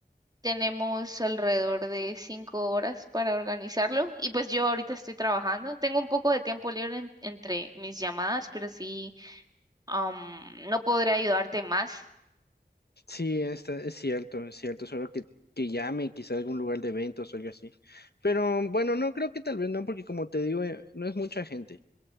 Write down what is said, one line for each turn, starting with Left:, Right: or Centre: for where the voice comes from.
Right: Tenemos alrededor de 5 horas para organizarlo. Y pues yo ahorita estoy trabajando. Tengo un poco de tiempo libre en- entre mis llamadas, pero sí, am, no podré ayudarte más.
Left: Sí, está, es cierto, es cierto, solo que, que llame quizá a algún lugar de eventos o algo así. Pero bueno, no creo que tal vez no, porque como te digo, eh, no es mucha gente,